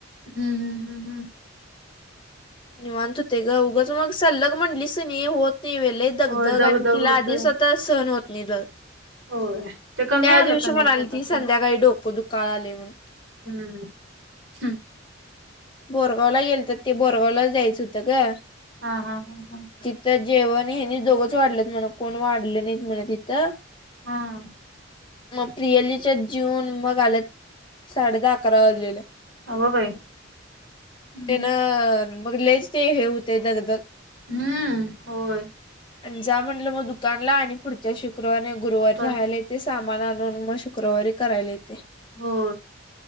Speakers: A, on the right; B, on the left.
A: हम्म हम्म हम्म हम्म.
B: निव अंत होते ते ग उऊगच मग सलग मणलीस न होोत नाहीवेल. दगधग
A: होय दगदग
B: आणि तिला
A: होतोय.
B: आधी स्वतः सहण होत नाही दग.
A: होय. ते कमी
B: त्या
A: आलं
B: दिवशी
A: का
B: म्हणाली
A: नाही पोटाचं?
B: ती संध्याकाळी डोक दुखायला आले म्हणून.
A: हम्म. हम्म.
B: बोरगावला गेल तर ते बोरगावला जायचं होतं का?
A: हा हा हा हा.
B: तर जेवण हेनी दोघंच वाढलेत म्हण कोण वाढले नाहीत म्हण तिथं.
A: हा.
B: मग प्रियलीच्या जीवन मग आलेत साडे दहा अकरा वाजलेलं.
A: अग बाई. हम्म
B: ते ना मग ललेच ते हे होते दग
A: हम्म होय.
B: आणि जा म्हटलं मग दुकानला आणि पुढच्या शुक्रवार गुरुवारी
A: कर
B: राहायला. ते सामान आणून मग शुक्रवारी करायला येते.
A: हो.